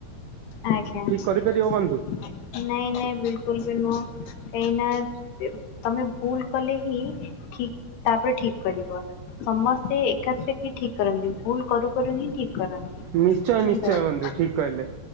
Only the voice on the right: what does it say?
କରିପାରିବ ବନ୍ଧୁ।
ନିଶ୍ଚୟ
ନିଶ୍ଚୟ ବନ୍ଧୁ ଠିକ କହିଲେ।